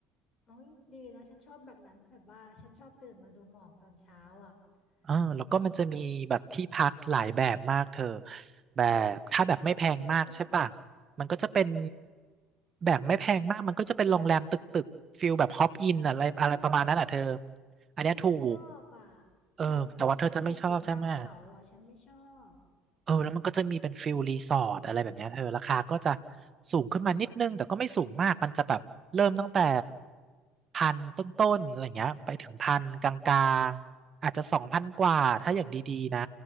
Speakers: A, on the left; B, on the right.
A: โอ้ยดีนะฉันชอบแบบนั้นแบบว่าฉันชอบตื่นมาดูหมอกตอนเช้าอ่ะ
B: เออแล้วก็มันจะมีแบบที่พักหลายแบบมากเธอ
A: แล้ว
B: แบบถ้าแบบไม่แพงมากใช่ปะ
A: เออเออ
B: มันก็จะเป็นแบบไม่แพงมากมันก็จะเป็นโรงแรมตึกตึกฟิลแบบฮอปอินอะไรอะไรประมาณนั้นอ่ะเธอ
A: อืมฉ
B: อันเนี้ยถูก
A: ฉันไม่ชอบอ่ะ
B: เออแต่ว่าเธอจะไม่ชอบใช่ไหม
A: แบบเป็นตึกตึกอยู่กลางเขาอ่ะฉันไม่ชอบ
B: เออแล้วมันก็จะมีเป็นฟิลรีสอร์ทอะไรแบบเนี้ยเธอราคาก็จะสูงขึ้นมานิดนึงแต่ก็ไม่สูงมากมันจะแบบเริ่มตั้งแต่พันต้นๆอะไรเงี้ยไปถึงพันกลางๆอาจจะสองพันกว่าถ้าอย่างดีๆนะ